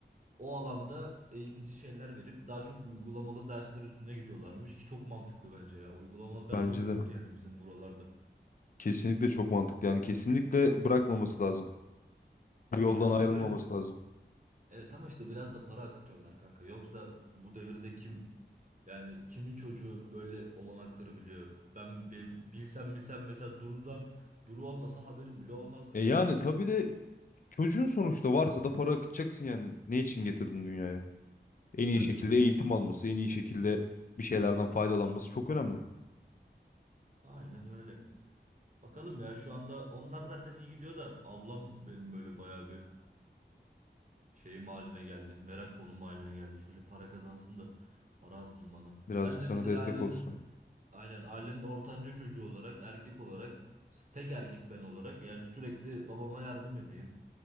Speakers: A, on the right; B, on the left.
A: o alanda eğitici şeyler verip daha çok uygulamalı dersler üstüne gidiyorlarmış ki çok mantıklı bence ya. Uygulamalı ders
B: Bence
A: çok eksik
B: de.
A: yani bizim buralarda.
B: Kesinlikle çok mantıklı. Yani kesinlikle bırakmaması lazım. Bu yoldan
A: İşte ama
B: ayrılmaması
A: böyle
B: lazım.
A: evet ama işte biraz da para akıtıyorlar kanka. Yoksa bu devirde kim yani kimin çocuğu böyle olanakları biliyor? Ben benim bilsem bilsem mesela Duru'dan Duru olmasa haberim bile olmazdı
B: E yani
A: benim.
B: tabii de çocuğun sonuçta varsa da para akıtacaksın yani. Ne için getirdin dünyaya? En iyi
A: Tabii
B: şekilde
A: canım.
B: eğitim alması, en iyi şekilde bir şeylerden faydalanması çok önemli.
A: Aynen öyle. Bakalım ya şu anda onlar zaten iyi gidiyor da ablam benim böyle bayağı bir şeyim haline geldi. Merak konumu haline geldi. Şöyle para kazansın da para atsın bana.
B: Birazcık
A: Ben de
B: sana
A: mesela
B: destek
A: ailenin
B: olsun.
A: aynen ailenin ortanca çocuğu olarak erkek olarak tek erkek ben olarak yani sürekli babama yardım edeyim.